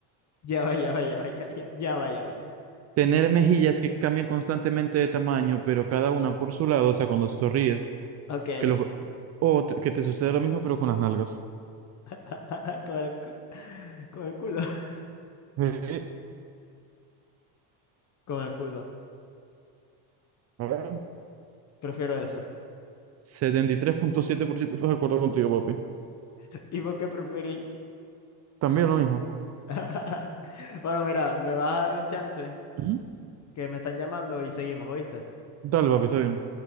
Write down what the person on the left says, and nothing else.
Ya va, ya va, ya va, ya va, ya va, ya va, ya
va. Ok.
<laughs> Con el, cu- con el culo. <laughs>
Con el culo.
Prefiero eso.
<laughs> ¿Y por qué preferí?
<laughs> Bueno, mira, me vas a dar un chance
que me están llamando y seguimos, ¿oíste?